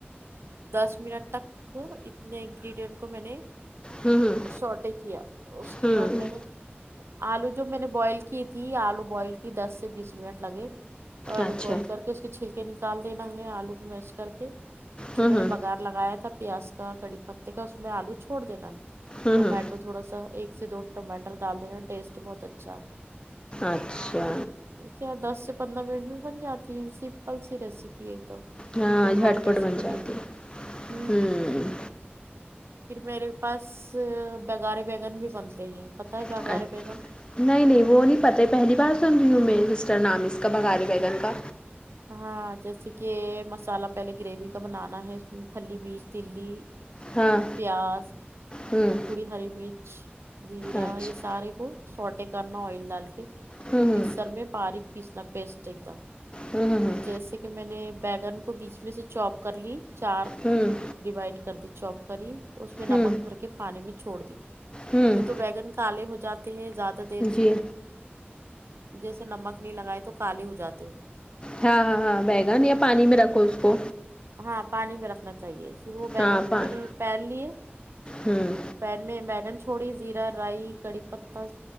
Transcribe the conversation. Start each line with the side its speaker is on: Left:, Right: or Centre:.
Right: دس منٹ تک اتنے انگریڈینٹ کو میں نے
Left: ہوں ہوں
Right: سوٹے کیا اس کے
Left: ہوں
Right: بعد میں نے آلو جو میں نے بوئل کی تھی آلو بوئل کی دس سے بیس منٹ لگے آلو
Left: اچھا
Right: بوئل کر کے اس کے چھلکے نکال دینا ہے آلو کو میش کر کے جو
Left: ہوں
Right: میں
Left: ہوں
Right: نے بگار لگایا تھا پیاز کا کڑی پتے کا اس میں آلو چھوڑ دینا ہے
Left: ہوں
Right: ٹومیٹو
Left: ہوں
Right: تو تھوڑا سا ایک سے دو ٹماٹر ڈال دینا ٹیسٹ بہت اچھا آتا
Left: اچھا
Right: کیا دس سے پندرہ منٹ میں بن جاتی ہے سمپل سی ریسیپی تو کوئی
Left: ہاں جھٹ
Right: ہارڈ
Left: پٹ
Right: ریسیپی
Left: بن جاتی
Right: نہیں ہے ہمم
Left: ہوں
Right: پھر میرے پاس بگارے بیگن بھی بنتے ہیں پتا ہے
Left: اچھا
Right: بگارے بیگن
Left: نہیں نہیں وہ نہیں پتے پہلی بار سن رہی ہوں میرے سسٹر نام اس کا بگارے بیگن کا
Right: ہاں جیسے کہ مسالہ پہلے گریوی کا بنانا ہے اس میں پھلی بیج تلی
Left: ہاں
Right: پیاز
Left: ہوں
Right: تھوڑی ہری مرچ جیرا
Left: اچھا
Right: یہ سارے کو سوٹے کرنا آئل ڈال کے پھر
Left: ہوں
Right: مکسر میں باریک پیسنا پیسٹ ایک دم
Left: ہوں ہوں
Right: پھر جیسے کہ میں نے بیگن کو بیچ میں سے چاپ کر لی چار
Left: ہمم
Right: ڈیوائڈ کر دی چوپ کری اس میں نمک
Left: ہوں
Right: بھر کے پانی میں چھوڑ دی
Left: ہوں
Right: یوں تو بیگن کالے ہو جاتے ہیں زیادہ دیر
Left: ہوں
Right: اس
Left: جی
Right: کو جیسے نمک نہیں لگائے تو کالے ہو جاتے ہو
Left: ہاں ہاں ہاں بیگن یاں پانی میں رکھو اس کو
Right: ہاں پانی میں رکھنا چاہیے پھر وہ بیگن
Left: ہاں
Right: کو
Left: پانی۔
Right: میں نے پین لیے
Left: ہوں
Right: پین میں بیگن چھوڑی زیرہ رائی کڑی پتہ